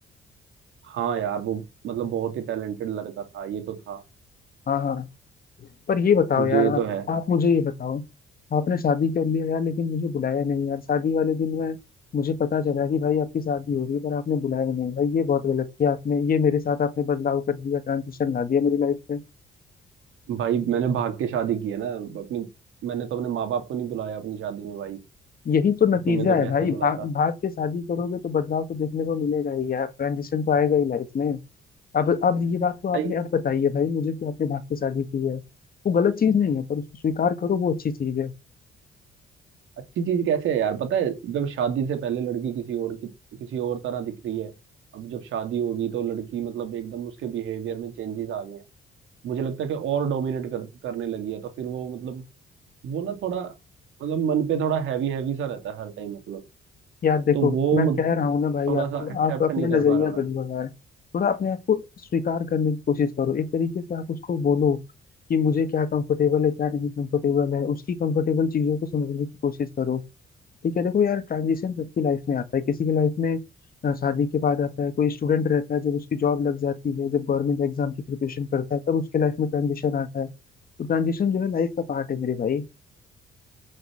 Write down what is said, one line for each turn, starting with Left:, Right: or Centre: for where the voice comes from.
Right: हाँ यार वो मतलब बहुत ही टैलेंटेड लड़का था ये तो था
Left: हाँ हाँ पर ये बताओ यार
Right: ये
Left: आप
Right: तो है
Left: आप मुझे ये बताओ आपने शादी कर लिया यार लेकिन मुझे बुलाया नहीं यार शादी वाले दिन में मुझे पता चला कि भाई आपकी शादी हो रही है पर आपने बुलाया नहीं भाई ये बहुत गलत किया आपने ये मेरे साथ आपने बदलाव कर दिया ट्रांजिशन ला दिया मेरी लाइफ में
Right: भाई मैंने भाग के शादी की है ना अपनी मैंने तो अपने माँ बाप को नहीं बुलाया अपनी शादी में भाई
Left: यही
Right: तो
Left: तो नतीजा
Right: तुम्हें तो
Left: है
Right: कैसे
Left: भाई
Right: बुलाता
Left: भाग भाग के शादी करोगे तो बदलाव तो देखने को मिलेगा ही यार ट्रांजिशन तो आएगा ही लाइफ में अब अब ये बात तो
Right: भाई
Left: आपने अब बताई है भाई मुझे कि आपने भाग के शादी की है वो गलत चीज नहीं है पर उसको स्वीकार करो वो अच्छी चीज है
Right: अच्छी चीज कैसे है यार पता है जब शादी से पहले लड़की किसी और की किसी और तरह दिख रही है अब जब शादी होगी तो लड़की मतलब एकदम उसके बिहेवियर में चेंजेस आ गए हैं मुझे लगता है कि और डोमिनेट कर, करने लगी है तो फिर वो मतलब वो ना थोड़ा मतलब मन पे थोड़ा हैवी हैवी सा रहता है हर टाइम मतलब
Left: यार देखो
Right: तो वो
Left: मैं
Right: मत,
Left: कह रहा हूँ ना भाई
Right: थोड़ा
Left: आपको
Right: सा एक्सेप्ट
Left: आप अपना
Right: नहीं कर
Left: नजरिया
Right: पा रहा मैं
Left: बदलो यार थोड़ा अपने आप को स्वीकार करने की कोशिश करो एक तरीके से आप उसको बोलो कि मुझे क्या कंफर्टेबल है क्या नहीं कंफर्टेबल है उसकी कंफर्टेबल चीजों को समझने की कोशिश करो ठीक है देखो यार ट्रांजिशन सबकी लाइफ में आता है किसी की लाइफ में अ, शादी के बाद आता है कोई स्टूडेंट रहता है जब उसकी जॉब लग जाती है जब गवर्नमेंट एग्जाम की प्रिपरेशन करता है तब उसके लाइफ में ट्रांजिशन आता है तो ट्रांजिशन जो है लाइफ का पार्ट है मेरे भाई